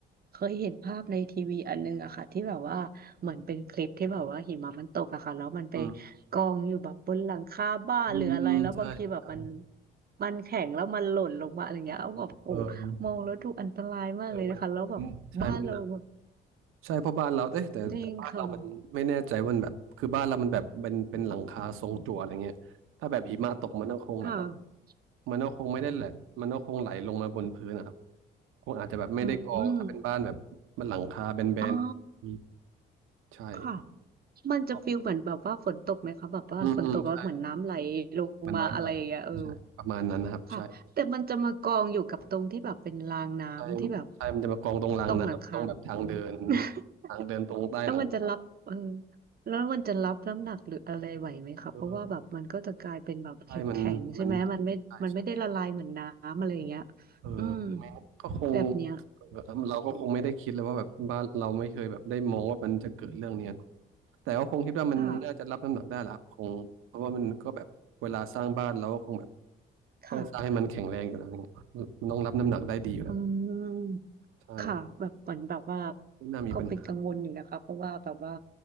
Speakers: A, on the right (about 45°); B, on the right (about 75°).
A: เคยเห็นภาพในทีวีอันนึงอะค่ะที่แบบว่าเหมือนเป็นคลิปที่แบบว่าหิมะมันตกอะค่ะแล้วมันไป
B: อืม
A: กองอยู่แบบบนหลังคาบ้านหรืออะไรแล้วบางทีแบบมัน
B: อืมอืมใช่ใช่
A: มันแข็งแล้วมันหล่นลงมาอะไรเงี้ยเอาแบบโอ้
B: เออ
A: มองแล้วดูอันตรายมากเลยนะคะแล้วแบบบ้านเราแบบ
B: เออมันอืมใช่มันหนักใช่เพราะบ้านเราเอ๊ะแต่แต่บ้านเรามันไม่แน่ใจว่ามันแบบคือบ้านเรามันแบบเป็นเป็นหลังคาทรงจั่วอะไรเงี้ยถ้าแบบหิมะตกมันก็คงแบบว่า
A: จริงค่ะค่ะ
B: มันก็คงไม่ได้แหละมันก็คงไหลลงมาบนพื้นนะครับคงอาจจะแบบไม่ได้กองถ้าเป็นบ้านแบบมันหลังคาแบนๆอืม
A: อืมอ๋อ
B: ใช่
A: ค่ะมันจะฟิลเหมือนแบบว่าฝนตกไหมคะแบบว่าฝนตกแล้วเหมือนน้ำไหลลงมาอะไรอย่างเงี้ยเออ
B: อืมอืมใช่มันน้ำไหลใช่ประมาณนั้นนะครับใช่
A: ค่ะแต่มันจะมากองอยู่กับตรงที่แบบเป็นรางน้ำที่แบบ
B: ใช่ใช่ มันจะมากองตรงรางน้ำตรงแบบทางเดิน
A: ตรงหลังคา <laughs>
B: ทางเดินตรงใต้หลังคา
A: แล้วมันจะรับเออแล้วมันจะรับน้ำหนักหรืออะไรไหวไหมคะเพราะว่าแบบมันก็จะกลายเป็นแบบแข็งแข็งใช่ไหมมันไม่มันไม่ได้ละลายเหมือนน้ำอะไรอย่างเงี้ย
B: เออใช่มันมันใช่ใช่เออ
A: อืม
B: ไม่ก็คง
A: แบบเนี้ย
B: เออเราก็คงไม่ได้คิดเลยว่าแบบบ้านเราไม่เคยแบบได้มองว่ามันจะเกิดเรื่องเนี้ยเนอะแต่ก็คงคิดว่ามันน่าจะรับน้ำหนักได้แหละครับคงเพราะว่ามันก็แบบเวลาสร้างบ้านเราก็คงแบบ
A: ค่ะค่ะ
B: ต้องสร้างให้มันแข็งแรงอยู่แล้วอะไรเงี้ยมันต้องรับน้ำหนักได้ดีอยู่แล้ว
A: อืม
B: ใช่
A: ค่ะแบบเหมือนแบบว่า
B: ไม่น่ามีปัญหา
A: ก็เป็นกังวลอยู่นะคะเพราะว่าแบบว่า